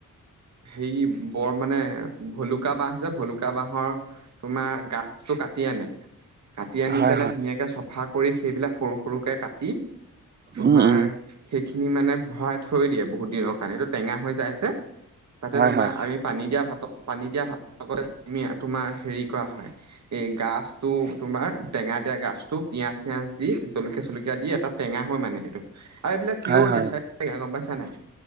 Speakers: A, on the right; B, on the right.
A: হেই, বৰ মানে ভলুকা বাহ যে ভলুকা বাহৰ তোমাৰ গাঠটো কাটি আনে। কাটি আনি
B: হয়,
A: পেলাই
B: হয়,
A: ধুনীয়াকৈ চফা কৰি, সেইবিলাক সৰু সৰুকৈ কাটি, তোমাৰ
B: উম, উম,
A: সেইখিনি মানে ভৰাই থৈ দিয়ে, বহুত দিনৰ কাৰণে সেইটো টেঙা হৈ যায় যে। তাতে
B: হয়,
A: তোমাৰ
B: হয়,
A: আমি পানী দিয়া ভাত, পানী দিয়া ভাত লগতে, আমি তোমাৰ হেৰি কৰা হয়। এই গাছতো, তোমাৰ টেঙা দিয়া, গাছতটো পিয়াজ চিয়াজ দি জলকীয়া চলকীয়া দি এটা টেঙা হয়, মানে সেইটো আৰু এইবিলাক পিয়ৰ
B: হয়, হয়,
A: নেচা'ৰেলি টেঙা গম পাইা নাই,